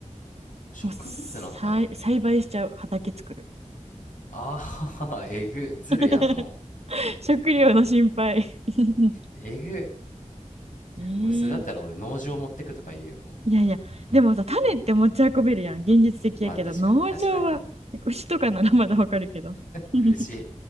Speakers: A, on the left (about 85°); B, on the right (about 55°).
A: 植物の種
B: うもう栽栽培しちゃう。畑作る。
A: ああー、<laughs> えぐ、ずるやん、
B: <laughs>
A: もう。
B: 食料の心配 <laughs>
A: えぐ。
B: えー
A: 俺、それだったら俺、農場持ってくとか言うよ、も
B: いやいや、でもさ、種って持ち運べるやん。現実的やけど、
A: う。まあ、確かに、
B: 農場は牛とかならまだわかるけど。
A: 確かにな。
B: <laughs>
A: 牛、